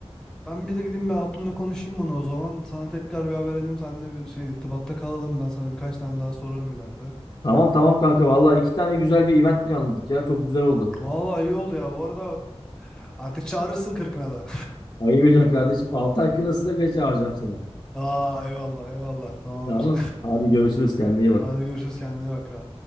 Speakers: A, in the centre; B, on the left.
A: Ben bir de gideyim bir hatunla konuşayım bunu o zaman. Sana tekrar bir haber edeyim. Seninle bir şey irtibatta kalalım. Ben sana birkaç tane daha sorarım ileride.
B: Tamam tamam kanka. Vallahi iki tane güzel bir event planladık ya. Çok güzel oldu.
A: Vallahi iyi oldu ya. Bu arada artık çağırırsın kırkına da.
B: Ayıp ediyorsun kardeşim. Altı ay kınasına bile çağıracağım seni.
A: <laughs> Aa eyvallah eyvallah. Tamamdır.
B: Tamam. Abi görüşürüz. Kendine
A: <laughs>
B: iyi bak.
A: Hadi görüşürüz kendine iyi bak kral.